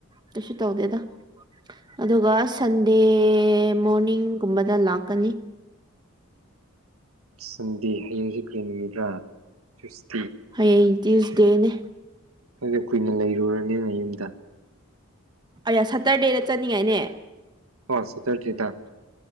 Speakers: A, on the right (about 20°); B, on the right (about 80°).
A: ꯇꯁꯨ ꯇꯧꯗꯦꯗ ꯑꯗꯨꯒ ꯁꯟꯗꯦ ꯃꯣꯔꯅꯤꯡꯒꯨꯝꯕꯗ ꯂꯥꯛꯀꯅꯤ꯫ <inaudible>
B: ꯁꯟꯗꯦ ꯍꯌꯦꯡꯖꯦ ꯀꯔꯤ ꯅꯨꯃꯤꯠꯔꯥ <unintelligible>
A: ꯍꯌꯦꯡ ꯇ꯭ꯌꯨꯁ ꯗꯦꯅꯦ
B: <unintelligible> ꯀꯨꯏꯅ ꯂꯩꯔꯨꯔꯅꯤ ꯅꯌꯨꯝꯗ
A: ꯑꯌꯥ ꯁꯇꯔꯗꯦꯗ ꯆꯠꯅꯤꯉꯥꯏꯅꯦ
B: ꯑ ꯁꯇꯔꯗꯤꯗ